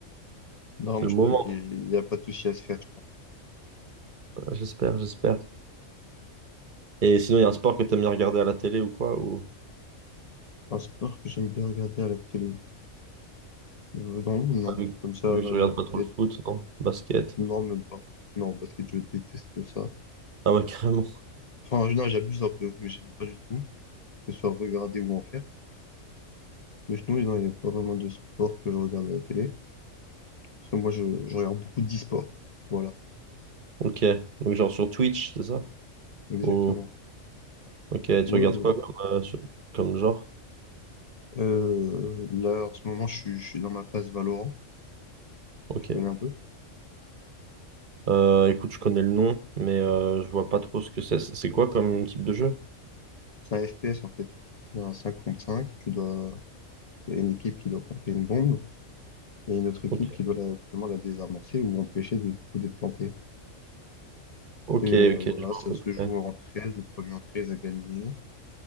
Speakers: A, on the left (about 40°); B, on the right (about 45°).
A: Non,
B: c'est
A: moi,
B: le
A: je
B: moment,
A: pense qu'il
B: hein.
A: n'y a pas de souci à se faire.
B: J'espère, j'espère. Et sinon, il y a un sport que t'aimes bien regarder à la télé ou quoi, ou
A: Un sport que j'aime bien regarder à la télé. Euh, non, non.
B: vu,
A: Comme ça,
B: que vu
A: là,
B: que tu regardes
A: de
B: pas trop
A: tête.
B: le foot,
A: euh,
B: non? Basket.
A: Non, même pas. Non, parce que je déteste ça.
B: Ah ouais, <laughs> carrément.
A: Enfin, non, j'abuse un peu, mais j'aime pas du tout. Que ce soit regarder ou en faire. Mais sinon, non, il n'y a pas vraiment de sport que je regarde à la télé. Parce que moi, je, je regarde beaucoup d'e-sport. Voilà,
B: Ok. Donc, genre sur Twitch, c'est ça?
A: exactement.
B: Ou, ok,
A: Ouais.
B: tu regardes
A: ouais.
B: quoi comme, euh, sur- comme genre?
A: Euh, là, en ce moment, je suis, je suis dans ma phase Valorant.
B: Ok.
A: Tu connais un peu?
B: Euh, écoute, je connais le nom, mais euh, je vois pas trop ce que c'est. C'est c'est quoi comme type de jeu?
A: C'est un FPS, en fait. C'est un 5 contre 5. Tu dois, il y a une équipe qui doit planter une bombe. Il y a une autre équipe
B: Ok.
A: qui doit la- justement la désamorcer ou empêcher de- du coup d'être plantée.
B: Ok,
A: Et euh,
B: ok,
A: voilà,
B: je vois
A: ça
B: à peu
A: se
B: près.
A: joue en treize le premier en 13 a gagné.